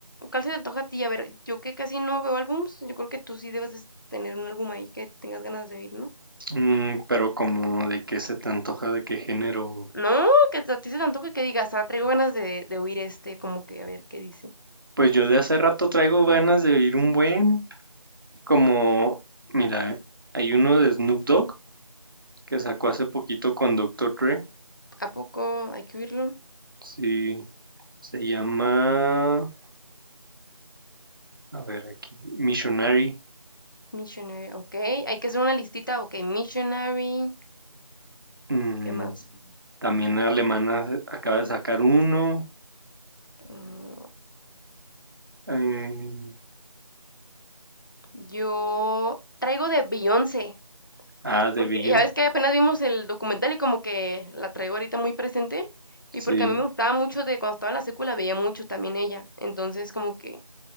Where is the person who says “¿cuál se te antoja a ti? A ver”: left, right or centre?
Left